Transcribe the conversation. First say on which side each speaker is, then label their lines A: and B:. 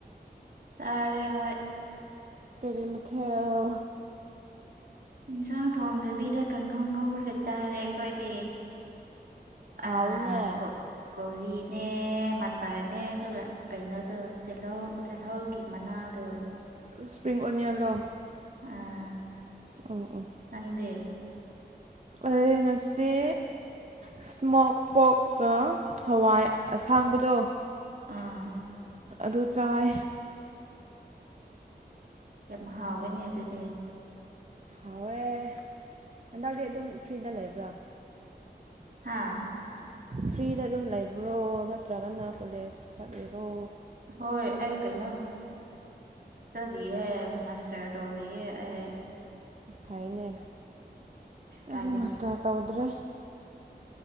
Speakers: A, on the right (about 65°); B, on the right (about 45°).
A: ꯆꯥꯔꯦ ꯍꯣꯏ
B: ꯀꯥꯔꯤ ꯃꯊꯦꯜ
A: ꯏꯟꯁꯥꯡ ꯊꯣꯡꯗꯕꯤꯗ ꯀꯥꯡꯍꯧ ꯉꯧꯔꯒ ꯆꯥꯔꯦ ꯑꯩꯈꯣꯏꯗꯤ
B: ꯍꯥꯎꯋꯤꯅꯦ
A: ꯑ ꯀꯣ ꯀꯣꯕꯤꯅꯦ ꯃꯇꯇꯔꯅꯦ ꯑꯗꯨꯒ ꯀꯩꯅꯣꯗꯣ ꯇꯤꯜꯍꯧ ꯇꯤꯜꯍꯧꯒꯤ ꯃꯅꯥ ꯑꯗꯨ
B: ꯏꯁ꯭ꯄ꯭ꯔꯤꯡ ꯑꯣꯅꯤꯌꯟ ꯂꯣ
A: ꯎꯝ
B: ꯑꯣ ꯑꯣ
A: ꯅꯪꯗꯦ
B: ꯑꯩꯌꯦꯡ ꯉꯁꯤ ꯏꯁꯃꯣꯛ ꯄꯣꯛꯀ ꯍꯋꯥꯏ ꯑꯁꯥꯡꯕꯗꯣ
A: ꯑꯥ
B: ꯑꯗꯨ ꯆꯥꯏ
A: ꯌꯥꯝ ꯍꯥꯎꯋꯦꯅꯦ ꯑꯗꯨꯗꯤ
B: ꯍꯥꯎꯋꯦ ꯍꯟꯗꯛꯇꯤ ꯑꯗꯨꯝ ꯐ꯭ꯔꯤꯗ ꯂꯩꯕ꯭ꯔꯥ
A: ꯍꯥꯥ
B: ꯐ꯭ꯔꯤꯗ ꯑꯗꯨꯝ ꯂꯩꯕ꯭ꯔꯣ ꯅꯠꯇ꯭ꯔꯒꯅ ꯀꯣꯂꯦꯖ ꯆꯠꯂꯤꯔꯣ
A: ꯍꯣꯏ ꯑꯩ ꯀꯩꯅꯣ ꯆꯠꯂꯤꯌꯦ ꯃꯥꯁꯇꯔ ꯇꯧꯔꯤꯌꯦ ꯑꯩ
B: ꯍꯣꯏꯅꯦ
A: ꯀꯥꯏꯗꯒꯤ
B: ꯑꯩꯗꯤ ꯃꯥꯁꯇꯔ ꯇꯧꯗ꯭ꯔꯦ